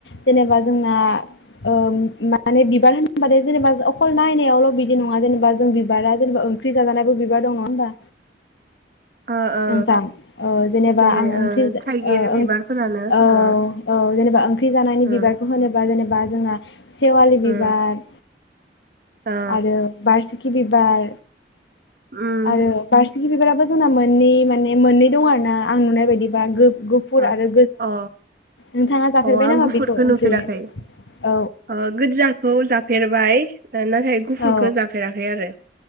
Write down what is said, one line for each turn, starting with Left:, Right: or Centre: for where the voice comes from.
Left: जेनेबा जोंना ओ‌ माने बिबार होनबाथाय जेनेबा अकल नयनायावल बिदि नङा जेनेबा बा जों बिबारा जेनबा ओंख्रि जाजानायबो बिबार दं नङा होमबा
Right: ओ ओ
Left: ओंखाम ओ जेनेबा
Right: जेरै
Left: आं ओंख्रि
Right: ओ थाइगिर
Left: ओ
Right: बिबारफोरानो
Left: औ
Right: ओ
Left: औ जेनेबा ओंख्रि जानायनि
Right: ओ
Left: बिबारखौ होनोबा जेनेबा जोंहा सेवालि बिबार
Right: ओ ओ
Left: आरो बारसिगि कि बिबार
Right: उम
Left: आरो बारसे कि बिबाराबो जोंना मोननै माने मोननै दं आरो ना आं नुनाय बायदिबा गो गुफुर
Right: अ
Left: आरो
Right: अ
Left: नोंथाङा जाफेरबाय
Right: अ आं
Left: नामा
Right: गुफुरखौ
Left: बेखौ ओंख्रि
Right: नुफेराखै
Left: औ
Right: अ गोज्जाखौ जाफेरबाय ओइ ना नाथाय गुफुरखौ
Left: औ
Right: जाफेराखै आरो